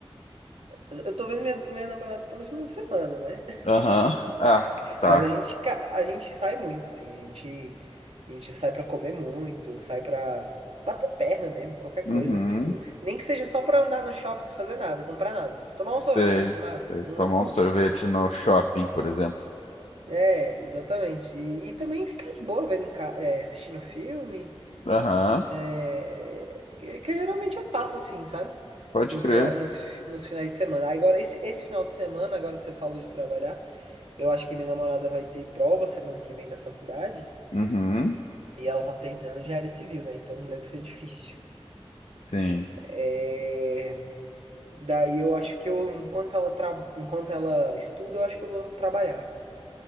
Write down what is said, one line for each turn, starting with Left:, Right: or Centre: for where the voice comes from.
Right: eu eu tô vendo minha, minha namorada todo final de semana, né?
Left: Aham. Ah, tá.
Right: Mas a gente, ca- a gente sai muito, assim, a gente, a gente sai pra comer muito, sai pra bater perna mesmo, qualquer
Left: Uhum.
Right: coisa. Tipo, nem que seja só pra andar no shopping sem fazer nada, comprar nada. Tomar
Left: Sei,
Right: um sorvete, no máximo,
Left: sei. Tomar
Right: um cookie.
Left: um sorvete no shopping, por exemplo.
Right: É, exatamente. E, e também ficar de boa vendo em ca... é, assistindo filme.
Left: Aham.
Right: É... Que, que geralmente eu faço assim, sabe?
Left: Pode
Right: No
Left: crer.
Right: final, nos, fi- nos finais de semana. Agora, esse, esse final de semana, agora que você falou de trabalhar, eu acho que minha namorada vai ter prova semana que vem da faculdade.
Left: Uhum.
Right: E ela tá terminando já área civil, né? Então deve ser difícil.
Left: Sim.
Right: É... Daí eu acho que eu, enquanto ela, tra... enquanto ela estuda, eu acho que eu vou trabalhar